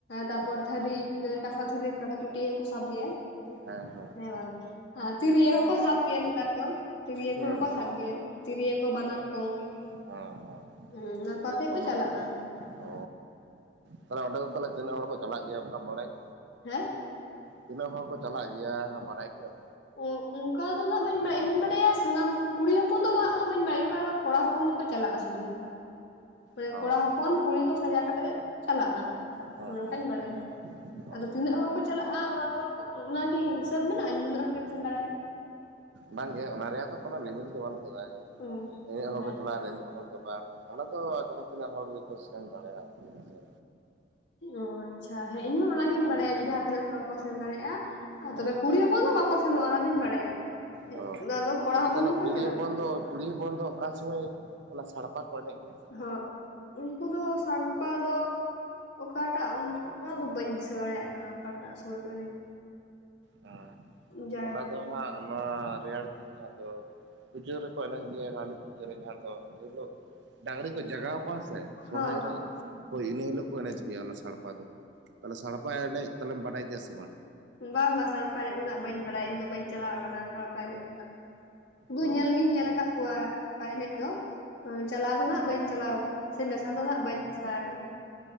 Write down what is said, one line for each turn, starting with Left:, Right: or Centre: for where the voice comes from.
Left: ᱛᱟᱯᱚᱨ
Right: ᱦᱮᱸ
Left: ᱛᱟᱹᱨᱤ ᱠᱟᱥᱟ ᱛᱷᱟᱹᱨᱤ ᱠᱟᱥᱟ ᱴᱟᱹᱴᱭᱟᱹ ᱠᱚ ᱥᱟᱵ ᱜᱮᱭᱟ ᱦᱮᱸ
Right: ᱦᱮᱸ ᱦᱮᱸ
Left: ᱦᱮᱸᱵᱟᱝ ᱛᱤᱨᱭᱳ ᱦᱚᱸᱠᱚ ᱥᱟᱵ ᱜᱮᱭᱟ ᱱᱮᱛᱟᱨ ᱠᱚ ᱛᱤᱨᱭᱳ
Right: ᱦᱮᱸ
Left: ᱠᱚᱦᱚᱸ ᱠᱚ
Right: ᱦᱮᱸ
Left: ᱥᱟᱵ ᱜᱮᱭᱟ ᱛᱤᱨᱭᱟᱹ ᱠᱚ ᱵᱟᱱᱟᱢ ᱠᱚ
Right: ᱦᱮᱸ ᱦᱮᱸ
Left: ᱦᱩᱸ ᱚᱱᱟ
Right: ᱛᱤᱨᱭᱟᱹ
Left: ᱠᱚ ᱟᱛᱮᱜ
Right: ᱠᱚᱦᱚᱸ
Left: ᱪᱟᱞᱟᱜᱼᱟ
Right: ᱠᱚ
Left: ᱦᱮᱸ
Right: ᱚ ᱛᱟᱦᱚᱞᱮ ᱚᱸᱰᱮ ᱫᱚ ᱛᱟᱦᱚᱞᱮ ᱛᱱᱟᱹᱜ ᱦᱚᱲ ᱠᱚ ᱪᱟᱞᱟᱜ ᱜᱮᱭᱟ ᱚᱱᱠᱟᱢ ᱵᱟᱰᱟᱭ ᱜᱮᱭᱟ
Left: ᱦᱮᱸ
Right: ᱛᱤᱱᱟᱹᱜ ᱦᱚᱲ ᱠᱚ ᱪᱟᱞᱟᱜ ᱜᱮᱭᱟ ᱵᱟᱲᱟᱭ ᱜᱮᱭᱟᱢ᱾
Left: ᱚ ᱚᱱᱠᱟ ᱫᱚ ᱱᱟᱦᱟᱜ ᱵᱟᱹᱧ ᱵᱟᱲᱟᱭᱟ ᱤᱧ ᱫᱩᱧ ᱵᱟᱲᱟᱭᱟ ᱥᱟᱱᱟᱢ ᱠᱩᱲᱤ ᱦᱚᱯᱚᱱ ᱫᱚ ᱟᱜ ᱫᱚ ᱵᱟᱹᱧ ᱵᱟᱲᱟᱭᱟ ᱤᱧ ᱫᱩᱧ ᱵᱟᱲᱟᱭᱟ ᱠᱚᱲᱟ ᱦᱚᱯᱚᱱ ᱜᱮ ᱠᱚ ᱪᱟᱞᱟᱜ-ᱟ ᱥᱩᱫᱩ᱾ ᱢᱟᱱᱮ
Right: ᱚ
Left: ᱠᱚᱲᱟ ᱦᱚᱯᱚᱱ ᱠᱩᱲᱤ ᱠᱚ ᱥᱟᱡᱟ ᱠᱟᱛᱮ ᱜᱮ ᱪᱟᱞᱟᱜ-ᱟ
Right: ᱦᱮᱸ
Left: ᱚᱱᱮ
Right: ᱦᱮᱸ
Left: ᱚᱱᱠᱟᱧ ᱵᱟᱲᱟᱭᱟ᱾
Right: ᱚ
Left: ᱟᱫᱚ ᱛᱤᱱᱟᱹᱜ ᱦᱚᱲ ᱠᱚ ᱪᱟᱞᱟᱜᱼᱟ ᱚᱱᱟᱫᱚ ᱚᱱᱟᱠᱤ ᱦᱤᱥᱟᱹᱵ ᱢᱮᱱᱟᱜ-ᱟ ᱡᱮ ᱱᱤᱱᱟᱹᱜ ᱦᱚᱲᱜᱮᱢ ᱥᱮᱱ ᱫᱟᱲᱮᱭᱟᱜ-ᱟ᱾
Right: ᱵᱟᱝᱜᱮ ᱚᱱᱟ ᱨᱮᱭᱟᱜ ᱫᱚ ᱠᱳᱱᱳ ᱞᱤᱢᱤᱴ ᱫᱚ ᱵᱟᱹᱱᱩᱜ ᱟᱠᱟᱫᱟ
Left: ᱚ
Right: ᱱᱤᱱᱟᱹᱜ ᱦᱚᱲ
Left: ᱦᱮᱸ
Right: ᱠᱚ ᱪᱟᱞᱟᱜ-ᱟ ᱱᱤᱱᱟᱹᱜ ᱦᱚᱲ ᱠᱚ ᱵᱟᱝ ᱚᱸᱰᱮ ᱫᱚ ᱡᱟᱦᱟᱸ ᱛᱤᱱᱟᱹᱜ ᱦᱚᱲ ᱜᱮᱠᱚ ᱥᱮᱱ ᱫᱟᱲᱮᱭᱟᱜ-ᱟ ᱦᱮᱸ ᱥᱮ
Left: ᱚ ᱟᱪᱪᱷᱟ ᱦᱮᱸ ᱤᱧᱦᱚᱸ ᱚᱱᱟᱜᱤᱧ ᱵᱟᱲᱟᱭᱟ ᱡᱮ ᱡᱟᱦᱟᱸ ᱛᱤᱱᱟᱹᱜ ᱦᱚᱲ ᱜᱮ ᱠᱚ ᱥᱮᱱ ᱫᱟᱲᱮᱭᱟᱜ-ᱟ᱾ ᱟᱨ
Right: ᱦᱮᱸ
Left: ᱛᱚᱵᱮ ᱠᱩᱲᱤ ᱦᱚᱯᱚᱱ ᱫᱚ ᱵᱟᱠᱚ ᱥᱮᱱᱚᱜᱼᱟ ᱚᱱᱟ ᱫᱚᱧ ᱵᱟᱲᱟᱭᱟ
Right: ᱚ
Left: ᱚᱱᱟ ᱫᱚ ᱠᱚᱲᱟ
Right: ᱟᱪᱪᱷᱟ
Left: ᱦᱚᱯᱚᱱ
Right: ᱛᱟᱦᱚᱞᱮ
Left: ᱜᱮ ᱠᱚ
Right: ᱠᱩᱲᱤ
Left: ᱪᱟᱞᱟᱜᱼᱟ
Right: ᱦᱚᱯᱚᱱ ᱫᱚ ᱠᱩᱲᱤ ᱦᱚᱯᱚᱱ ᱫᱚ ᱚᱠᱟ ᱥᱩᱢᱟᱹᱭ ᱚᱱᱟ ᱥᱟᱲᱯᱟ ᱠᱚ ᱮᱱᱮᱡ ᱜᱮᱭᱟ᱾
Left: ᱦᱚᱭ ᱩᱱᱠᱩ ᱫᱚ ᱥᱟᱲᱯᱟ ᱫᱚ ᱚᱠᱟᱴᱟᱜ ᱚᱱᱟ ᱫᱚ ᱵᱟᱹᱧ ᱫᱤᱥᱟᱹ ᱫᱟᱲᱮᱭᱟᱜ ᱠᱟᱱᱟ ᱚᱠᱟᱴᱟᱜ ᱥᱚᱢᱚᱭ ᱠᱚ ᱮᱱᱮᱡᱟ
Right: ᱟᱸ
Left: ᱡᱟᱭᱦᱳᱠ
Right: ᱚᱱᱟ ᱫᱚ ᱦᱟᱸᱜ ᱱᱚᱶᱟ ᱨᱮᱭᱟᱲ ᱫᱤᱱ ᱡᱟᱦᱟᱸ ᱫᱚ ᱯᱩᱡᱟᱹ ᱨᱮᱠᱚ ᱮᱱᱮᱡ ᱜᱮᱭᱟ ᱠᱟᱹᱞᱤ ᱯᱩᱡᱟᱹ ᱨᱮ ᱡᱟᱦᱟᱸ ᱫᱚ ᱡᱮ ᱦᱤᱞᱚᱜ ᱰᱟᱝᱨᱤ ᱠᱚ ᱡᱟᱜᱟᱣ ᱠᱚᱣᱟ ᱥᱮ, ᱥᱚᱨᱦᱟᱭ
Left: ᱦᱚᱸ ᱦᱚᱸ
Right: ᱨᱮ, ᱦᱳᱭ ᱤᱱᱟᱹ ᱦᱤᱞᱳᱜ ᱠᱚ ᱮᱱᱮᱡᱽ ᱜᱮᱭᱟ ᱚᱱᱟ ᱥᱟᱲᱯᱟ ᱫᱚ, ᱛᱟᱞᱦᱮ ᱥᱟᱲᱯᱟ ᱮᱱᱮᱡ ᱛᱟᱞᱦᱮᱢ ᱵᱟᱰᱟᱭ ᱜᱮᱭᱟ ᱥᱮ ᱵᱟᱝ
Left: ᱵᱟᱝ ᱵᱟᱝ ᱥᱟᱲᱯᱟ ᱮᱱᱮᱡ ᱫᱚ ᱦᱟᱸᱜ ᱵᱟᱹᱧ ᱵᱟᱲᱟᱭᱟ ᱤᱧᱫᱚ ᱵᱟᱹᱧ ᱪᱟᱞᱟᱣ ᱠᱟᱱᱟ ᱥᱟᱲᱯᱟ ᱮᱱᱮᱡ ᱫᱚ ᱦᱟᱸᱜ ᱫᱩ
Right: ᱚ
Left: ᱧᱮᱞ ᱜᱤᱧ ᱧᱮᱞ ᱟᱠᱟᱫ ᱠᱚᱣᱟ ᱚᱝᱠᱟ ᱮᱱᱮᱡ ᱫᱚ ᱟᱹ ᱪᱟᱞᱟᱣ ᱫᱚ ᱦᱟᱜ ᱵᱟᱹᱧ ᱪᱟᱞᱟᱣ ᱟᱠᱟᱱᱟ ᱛᱤᱱᱟᱹᱜ ᱥᱟᱫᱽ ᱫᱚ ᱦᱟᱸᱜ ᱵᱟᱹᱧ ᱢᱮᱥᱟ ᱟᱠᱟᱱᱟ